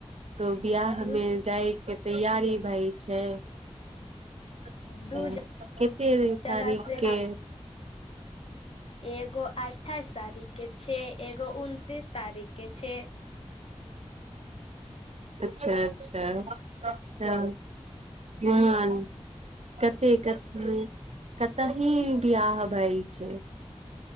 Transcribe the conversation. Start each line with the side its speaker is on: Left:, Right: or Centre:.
Right: तो बिआहमेमे
Left: दू
Right: जायके तैयारी भाइ छै अचा
Left: दू
Right: कतेक
Left: जगह
Right: तारीखके
Left: से एगो अठाइस तारीख के छै, एगो उनतीस तारीख के छै।
Right: अच्छा अच्छा हँ महान कते कत कत ही बिियह भय छै।